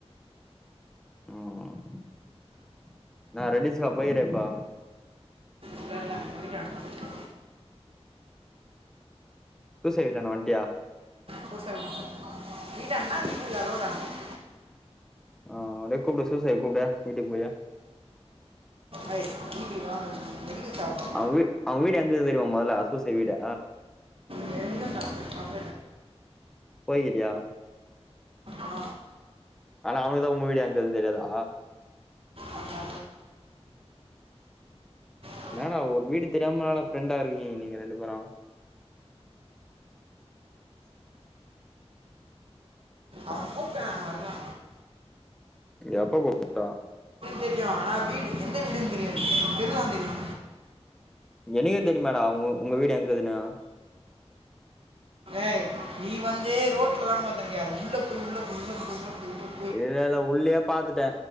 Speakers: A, in the centre; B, on the right.
A: ம் என்னா ரெட்டில்ஸ்கா போய்கிற இப்ப
B: இல்லல்ல எங்க வீட்டாண்டதா <inaudible>
A: சூசே வீட்டாண்ட வந்ட்டியா
B: சூச வீட்ல வீட்டாண்டனா <inaudible>
A: ஆ அப்டே கூப்டு சூசைய கூப்டு வீட்டுக்கு போயி
B: அய் வீட்டுக்கு வாங்க <unintelligible>
A: அவுங் வீ அவுங் வீடு எங்கருக்கு தெரிமா மொதல்ல சூச வீடு
B: தெரியுன்டா பாப்
A: போய்கிறியா
B: ஆ
A: ஆனா அவனுக்குதா உங்க வீடு எங்கருக்குன் தெர்யாதா
B: ஆமா <inaudible>
A: என்னாடா ஒரு வீடு தெரியாமலாடா ஃப்ரெண்டா இருக்கீங்க நீங்க ரெண்டு பேரூ
B: அவ கூப்டானா வர்லா
A: எப்ப கூப்புட்டா
B: தெரியு ஆனா வீடு எந்த வீடுன் தெரியாது தெரு தா தெரியு
A: எனக்கே தெரிமெடா உங் உங்க வீடு எங்கதுன்னா
B: ஏய் நீ வந்து ரோட்லதா பாத்திருக்கே அது உள்ள போய் உள்ள போய் உள்ள போய் உள்ள போய் உள்ள
A: இல்லல்ல உள்ளயே பாத்துட்டே